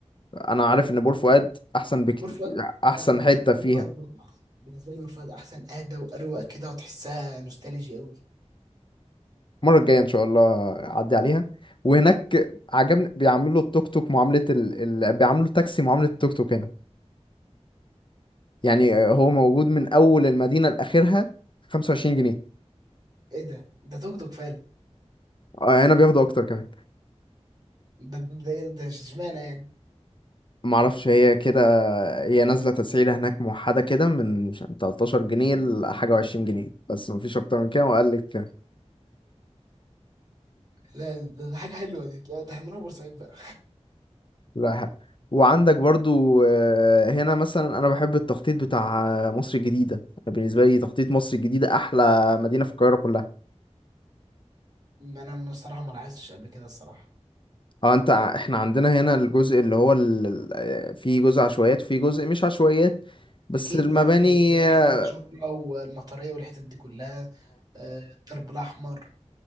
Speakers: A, on the left; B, on the right.
A: انا عارف ان بور فؤاد احسن بكتير
B: بور فؤاد
A: احسن
B: انا بالنسبه
A: حتة
B: لي
A: فيها
B: بور فؤاد برضه أحسن. بالنسبه لي بور فؤاد احسن اهدى واروق كده وتحسها نوستالجي قوي
A: المرة الجاية ان شاء الله اعدي عليها وهناك عجبني بيعملوا التوك توك معاملة ال... ال... بيعملوا التاكسي معاملة التوك توك هنا يعني آه، هو موجود من اول المدينة لاخرها 25 جنيه
B: ايه ده ده توك توك فعلا
A: آه، هنا بياخدوا اكتر كمان
B: ده ده ايه ده ده اشمعنى يعني
A: معرفش هي كده هي نازلة تسعيرة هناك موحدة كده من مش- 13 جنيه لحاجة وعشرين جنيه بس مفيش أكتر من كده وقال لك
B: لا ده, ده حاجة حلوة دي لا ده هنروح بورسعيد بقى
A: لا حق. وعندك برضو آه، هنا مثلا أنا بحب التخطيط بتاع آه، مصر الجديدة بالنسبة لي تخطيط مصر الجديدة أحلى مدينة في القاهرة كلها
B: <laughs> ما انا الصراحة ما لاحظتش قبل كده الصراحة
A: اه انت ع- احنا عندنا هنا الجزء اللي هو ال... ال- آه، في جزء عشوائيات وفي جزء مش عشوائيات بس
B: اكيد
A: المباني
B: اه في اللي هي الحتة
A: اه
B: الشرطة والمطرية والحتت دي كلها آه، الدرب الاحمر